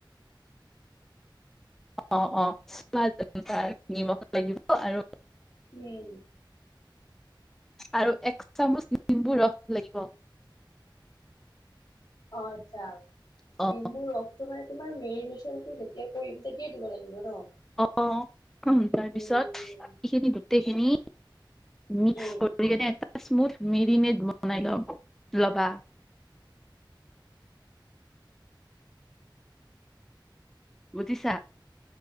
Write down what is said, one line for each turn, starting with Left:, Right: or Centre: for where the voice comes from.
Centre: অ' অ' নিমখ লাগিব আৰু
Left: উম
Centre: আৰু এক চামুচ নিম্বু ৰস লাগিব
Left: অ' আচ্ছা
Centre: অ
Left: নেমুৰ ৰস টো মানে তোমাৰ মেৰিনেশ্যনটো যেতিয়া কৰিম তেতিয়া দিব লাগিব ন?
Centre: অ' অ' তাৰ পিছত
Left: উম,
Centre: এইখিনি গোটেই খিনি মিক্স
Left: উম,
Centre: কৰি লৈ স্মুথ মেৰিনেড বনাই ল'বা। বুজিছা <inaudible>